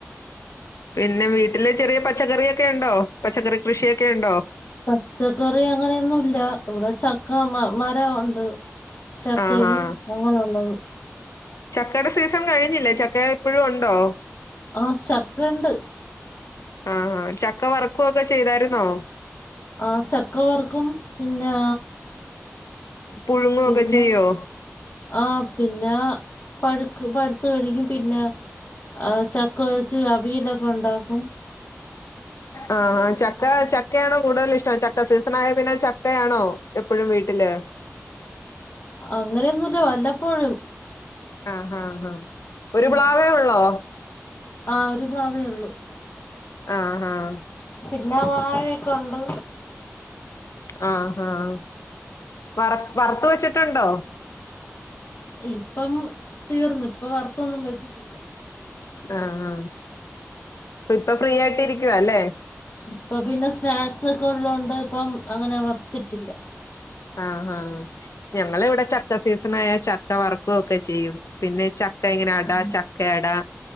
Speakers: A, on the left; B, on the left.
A: പിന്നെ വീട്ടില് ചെറിയ പച്ചക്കറിയൊക്കെ ഉണ്ടോ പച്ചക്കറി കൃഷിയൊക്കെ ഉണ്ടോ
B: പച്ചക്കറി അങ്ങനെയൊന്നും ഇല്ല ഇവിടെ ചക്ക മ മരോണ്ട് ചക്കയും
A: ആഹ് ആഹ്
B: അങ്ങനെ ഒള്ളത്
A: ചക്കയുടെ സീസൺ കഴിഞ്ഞില്ലേ ചക്ക ഇപ്പഴും ഒണ്ടോ
B: ആ ചക്ക ഇണ്ട്
A: ആഹ് ആഹ് ആ ചക്കവറുക്കുവൊക്കെ ചെയ്തായിരുന്നോ?
B: ആ ചക്കവറുക്കും പിന്നാ
A: പുഴുങ്ങുവൊക്കെ
B: പിന്ന
A: ചെയ്യോ
B: ആ പിന്നാ പഴുക്കും പഴുത്ത് കഴിക്കും പിന്നാ ആ ചക്കവച്ച് അവിയല് ഒക് ഒണ്ടാക്കും
A: ആഹ് ആഹ് ചക്ക ചക്കയാണോ കൂടുതൽ ഇഷ്ടം ചക്ക സീസണായ പിന്നെ ചക്കയാണോ എപ്പഴും വീട്ടില്
B: അങ്ങനെയൊന്നുമില്ല വല്ലപ്പോഴും
A: ആഹ് ആഹ് ആഹ് ഒരു
B: ആ
A: പ്ലാവേ ഉള്ളോ
B: ആ ഒരു പ്ലാവേ ഒള്ളൂ
A: ആഹ് ആഹ്
B: പിന്നെ വാഴയൊക്കെ ഒണ്ട്
A: ആഹ് ആഹ് വറക് വറത്ത് വെച്ചിട്ട് ട്ടണ്ടോ
B: ഇപ്പം തീർന്ന് ഇപ്പ വറുത്തൊന്നും വച്ചിട്ടില്ല
A: ആ അ ഇപ്പൊ ഫ്രീ ആയിട്ട് ഇരിക്കുവ അല്ലേ
B: ഇപ്പൊ പിന്നെ സ്നാക്സ് ഒക്കെ ഉള്ളതൊണ്ട് ഇപ്പം അങ്ങനെ വർത്തിട്ടില്ല
A: ആ ആ ഞങ്ങള് ഇവിടെ ചക്ക സീസൺ ആയാൽ ചക്ക വർക്ക ഒക്കെ ചെയ്യും പിന്നെ ച ചക്ക ഇങ്ങനെ അടാ
B: ആഹ്
A: ചക്ക അടാ